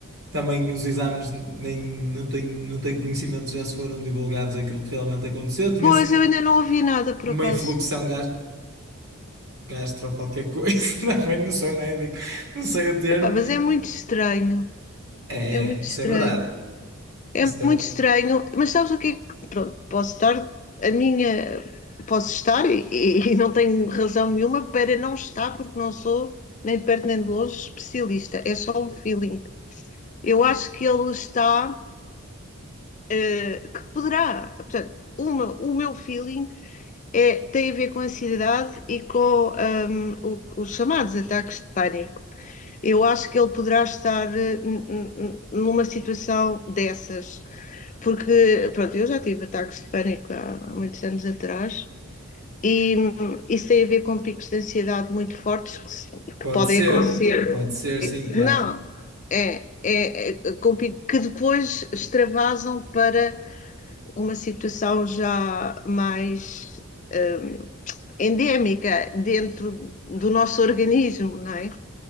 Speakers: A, on the right; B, on the left.
A: Também os exames nem, não tenho, não tenho conhecimento, já se foram divulgados aquilo que realmente aconteceu. Tinha
B: Pois,
A: sido
B: eu ainda não ouvi nada por
A: uma
B: acaso.
A: influxão gastro qualquer coisa, <laughs> também não sou médico, não sei o termo.
B: Epá, mas é muito estranho.
A: É,
B: É muito
A: é, isso
B: estranho.
A: é verdade.
B: É
A: Isso é-
B: muito estranho. Mas sabes o que é que. Pronto, posso estar. A minha. Posso estar e, e- e não tenho razão nenhuma para não estar, porque não sou, nem de perto nem de longe, especialista. É só um feeling. Eu acho que ele está. eh, que poderá. Portanto, uma, o meu feeling É, tem a ver com a ansiedade e com hum, o- os chamados ataques de pânico. Eu acho que ele poderá estar eh, n- n- numa situação dessas, porque, pronto, eu já tive ataques de pânico há muitos anos atrás e hum, isso tem a ver com picos de ansiedade muito fortes que, se- que
A: pode
B: podem
A: ser,
B: acontecer.
A: p- pode ser, sim, claro.
B: Não, é, é, é, com pico- que depois extravasam para uma situação já mais hum, endémica dentro do nosso organismo, não é?